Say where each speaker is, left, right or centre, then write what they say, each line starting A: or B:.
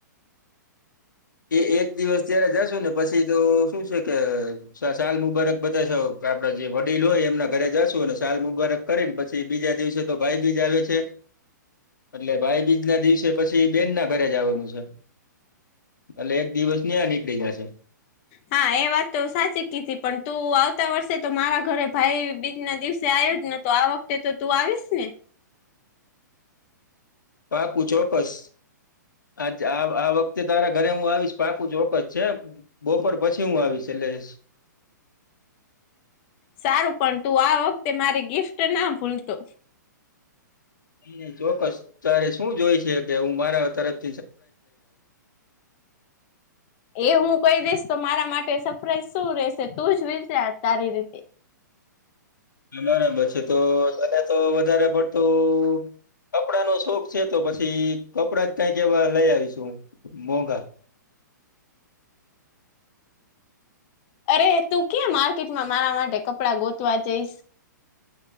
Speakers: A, on the left; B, on the left.
A: એ એક દિવસ ત્યારે જશુ ને પછી તો શું છે કે સાલ મુબારક બધા આપડા જે વડીલો હોય એમના ઘરે જશું અનેને સાાલ મુબારક કરી ને પછી બીજા દિવસે તો ભાઈ બીજ આવે છે એટલે ભાઈ બીજ ના દિવસે પછી બેન ના ઘરે જવાનું છે એટલે એક દિવસ ની આ નીકળી જશે
B: હા એ વાત તો સાચી પણ તું આવતા વર્ષે તો મારા ઘરે ભાઈ બીજ દિવસે આવ્યો જ નતો આ વખતે તે તો તું આવીશ ને
A: પા પૂછો પસ અચ્છા આ વખતે તારા ઘરે હું આવીશ પાકું ચોક્કસ છે બપોર પછી હું આવી છેલે જશ
B: સારું પણ તું આ વખતે મારી ગિફ્ટ ના ભૂલતો
A: નઈ નહી ચોક્કસ ત્યારે શું જોય છે કે હું મારા તરફ
B: એ હું કહી દેશ તો મારા માટે સરપ્રાઈઝ શું રહેશે તું જ વિશે તારી રીતે
A: બરાબર છે તો તને તો વધારે પડતું કપડા નો શોખ છે તો પછી કપડા જ કઈ કે એવા લઈ આવીશું મોઘા
B: અરે તું ક્યાં માર્કેટમાં મારા માટે કપડાં ગોતવા જઈશ